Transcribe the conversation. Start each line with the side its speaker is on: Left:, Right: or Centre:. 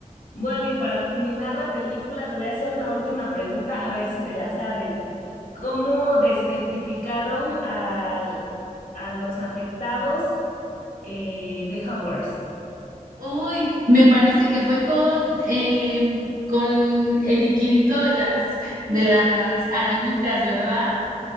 Left: Bueno, y para culminar la película, te voy a hacer una última pregunta, a ver si te la sabes. ¿Cómo despetrificaron al- a los afectados eh, de Hogwarts?
Right: Uy, me parece que fue con, em, con el liquidito de las, de las arañitas, ¿verdad?